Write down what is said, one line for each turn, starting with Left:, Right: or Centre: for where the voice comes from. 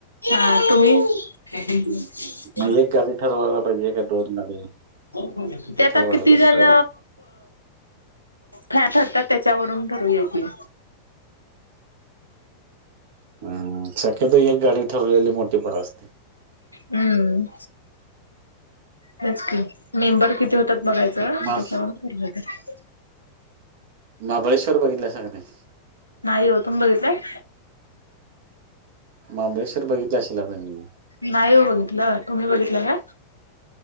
Left: हां तुम्ही? <unintelligible>
Right: मग एक गाडी ठरवायला पाहिजे का गाडी?
Left: त्या
Right: ते
Left: आता
Right: ठरवायला
Left: किती
Right: पाहिजे
Left: जण
Right: पहिला.
Left: फॅन ठरतात त्याच्यावरून ठरून येतील
Right: हम् शक्यतो एक गाडी ठरवलेली मोठी फार असते.
Left: हम्म तेच की मेंबर किती होतात बघायचे तर
Right: मा
Left: तिथं जाऊन फिरून येतोय.
Right: महाबळेश्वर बघितलासा काय नाही.
Left: नाही ओ. तुम्ही बघितलाय?
Right: महाबळेश्वर बघितला असशीला तुम्ही.
Left: नाही हो बघितलं. तुम्ही बघितलं का?